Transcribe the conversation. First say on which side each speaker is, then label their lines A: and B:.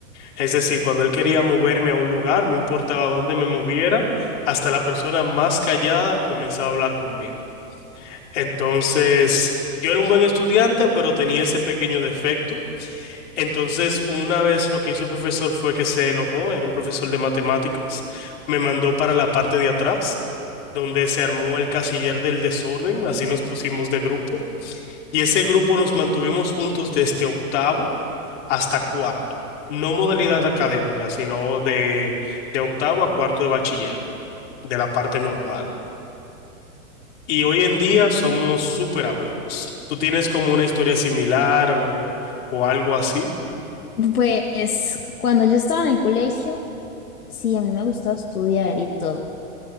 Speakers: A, on the left (about 55°); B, on the left (about 85°).
A: Es decir, cuando él quería moverme a un lugar, no importaba dónde me moviera, hasta la persona más callada comenzaba a hablar conmigo. Entonces, yo era un buen estudiante, pero tenía ese pequeño defecto. Entonces, una vez lo que hizo el profesor fue que se enojó, era un profesor de matemáticas, me mandó para la parte de atrás, donde se armó el casiller del desorden, así nos pusimos de grupo, y ese grupo nos mantuvimos juntos desde octavo hasta cuarto. No modalidad académica, sino de, de octavo a cuarto de bachiller, de la parte normal. Y hoy en día somos súper amigos. ¿Tú tienes como una historia similar o, o algo así?
B: Pues cuando yo estaba en el colegio, sí, a mí me gustaba estudiar y todo,